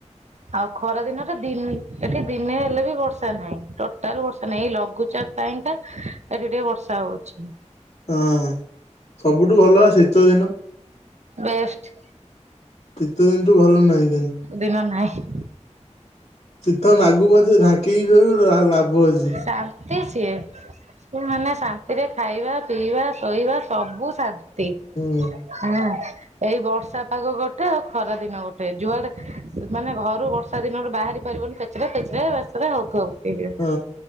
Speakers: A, on the right; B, on the left.
A: ହଁ <inaudible> ଆଉ ଖରା ଦିନରେ ଦିନ ଏଠି ଦିନେ ହେଲେ ବି ବର୍ଷା ନାହିଁ ଟୋଟାଲ ବର୍ଷା ନାହିଁ ଏଇ ଲଘୁଚାପ ପାଇଁକା ଏଠି ଟିକେ ବର୍ଷା ହଉଛି।
B: ହଁ ସବୁଠୁ ଭଲ ବା ଶୀତ ଦିନ।
A: ବେଷ୍ଟ
B: ଶୀତ ଦିନ ଠୁ ଭଲ ନାହିଁ ଦିନ
A: ଦିନ ନହିଁ।
B: ଶୀତ ନାଗୁ ପଛେ ଢାଙ୍କି ହେଇ ରହିବୁ ଲା ଲାଭ ଅଛି।
A: ଶାନ୍ତି ସିଏ ସେ ମାନେ ଶାନ୍ତିରେ ଖାଇବା ପିଇବା ଶୋଇବା ସବୁ ଶାନ ତି,
B: ହୁଁ
A: ହଁ ଏଇ ବର୍ଷା ପାଗ ଗୋଟେ, ଆଉ ଖରା ଦିନ ଗୋଟେ, ଯୁଆଡେ ମାନେ ଘରୁ ବର୍ଷା ଦିନରୁ ବାହାରି ପାରିବନି କେତ ପେଚରେ ପେଚରେ ପେଚରେ ହଉଥିବ ପକେଇକି।
B: ହଁ